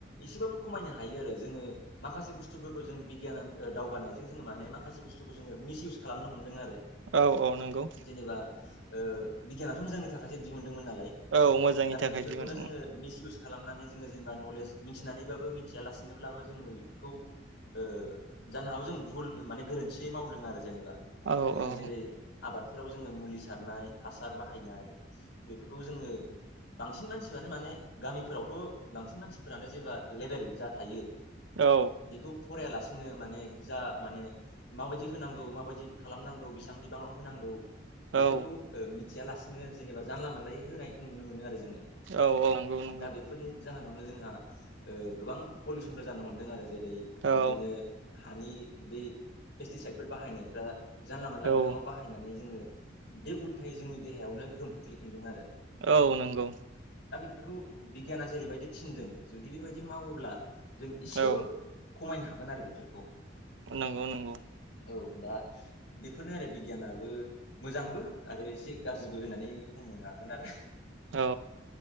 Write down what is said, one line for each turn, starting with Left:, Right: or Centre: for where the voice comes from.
Left: एसेबाबो खमायनो हायो आरो जोङो माखासे बुस्थुफोरखौ जों बिगियान ओ दावगानायजों जोङो माने माखासे बुस्थुखौ जोङो मिस इउस खालामनो हमदों आरो।
Right: औ औ नंगौ।
Left: जेनेबा ओ बिगियानाथ' मोजांनि थाखायसो दिहुन दोंमोन नालाय
Right: औ मोजांनि
Left: नाथाय
Right: थाखाय
Left: बेफोरखौनो
Right: दिहुन
Left: जोङो मिस इउस खालामनानै जोङो जेनेबा नलेज मिथिनानैबाबो मिथियालासेनोब्लाबो जोङो बेफोरखौ ओ जानो हागौ जों भुल माने गोरोन्थि मावदों आरो जेनेबा।
Right: औ
Left: जोङो
Right: औ।
Left: जेरै आबादफोराव जोङो मुलि सारनाय हासार बाहायनाय बेफोरखौ जोङो बांसिन मानसियानो माने गामिफोरावथ' बांसिन मानसिफोरानो जेनेबा लेबेल जा थायो,
Right: औ
Left: बेखौ फरायालासि नो माने जा माने माबायदि होनांगौ माबायदि खालामनांगौ बेसेबां बिबाङाव होनांगौ
Right: औ
Left: बेफोरखौ ओ मिथियालासिनो जेनेबा जानला मोनलायै होनायखौ नुनो मोनो आरो जोङो।
Right: औ औ नंगौ नंगौ।
Left: दा बेफोरनि जाहोनावनो जोंहा ओ गोबां पलिउसनफोर जानो हमदों आरो जेरै
Right: औ
Left: बिब्दिनो हानि बे पेस्टिसाइदफोर बाहायनायफ्रा जानला मोनला
Right: औ
Left: बिबाङाव बाहायनानै जोङो बे उल्थायै जोंनि देहायावनो गोहोम खोख्लैफिनदों आरो
Right: औ नंगौ
Left: बेखौ बिगियाना जेरैबायदि थिनदों जुदि बेबायदि मावोब्ला जों इसेबाबो
Right: औ
Left: खमायनो हागोन आरो बेफोरखौ
Right: नंगौ नंगौ
Left: औ- दा बेफोरनो आरो बिगियानाबो मोजांबो आरो एसे गाज्रिबो होननानै बुं नो हागोन आरो
Right: औ